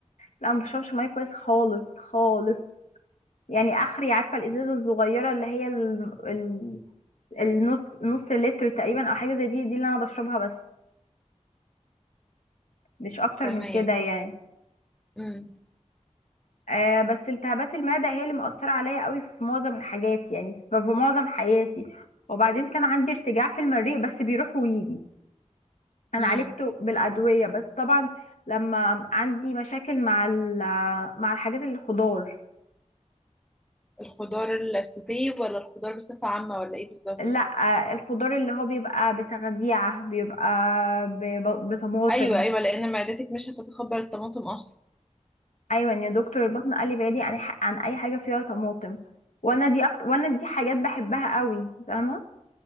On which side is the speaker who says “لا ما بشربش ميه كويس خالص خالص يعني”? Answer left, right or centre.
Left